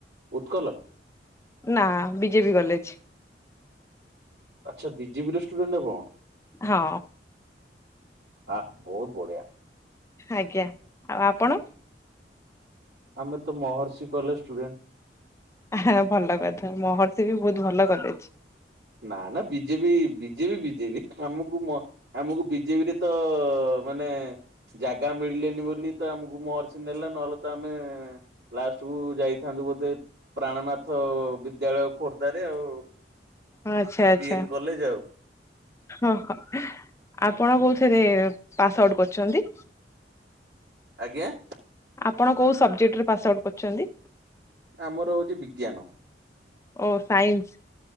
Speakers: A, on the right; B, on the left.
A: ଉତ୍କଲ୍
B: ନା ବିଜେପି କଲେଜ।
A: ଆଚ୍ଛା ବିଜେପି ର ଷ୍ଟୁଡେଣ୍ଟ୍ ଆପଣ?
B: ହଁ।
A: ଆ ବହୁତ ବଢଆ।
B: ଆଜ୍ଞା, ଆଉ ଆପଣ?
A: ଆମେ ତ ମହର୍ଷି କଲେଜ ଷ୍ଟୁଡେଣ୍ଟ।
B: ହା ଭଲ କଥା ମହର୍ଷି ବି ବହୁତ ଭଲ କଲେଜେ।
A: ନା ନା ବିଜେପି ବିଜେପି ବିଜେପି। ଆମକୁ ମ ଆମକୁ ବିଜେପିରେ ତ ମାନେ ଜାଗା ମିଳିଲେନି ବୋଲି ତ ଆମକୁ ମହର୍ଷ ନେଲା ନହେଲେ ତ ଆମେ ଲାଷ୍ଟ କୁ ଯାଇଥାନ୍ତୁ ବୋଧେ ପ୍ରାଣନାଥ ବିଦ୍ୟାଳୟ ଖୋର୍ଦ୍ଧାରେ ଆଉ
B: ଆଚ୍ଛା
A: ପିଏନ୍
B: ଆଛା
A: କଲେଜ ଆଉ
B: ଅହୋଃ ଆପଣ କୋଉଥିରେ ପାସ୍ ଆଉଟ କରିଚନ୍ତି।
A: ଆଜ୍ଞା
B: ଆପଣ କୋଉଁ ସବଜେକ୍ଟ ରେ ପାସ୍ ଆଉଟ୍ କରିଚନ୍ତି।
A: ଆମର ହଉଛି ବିଜ୍ଞାନ
B: ଓ ସାଇନ୍ସ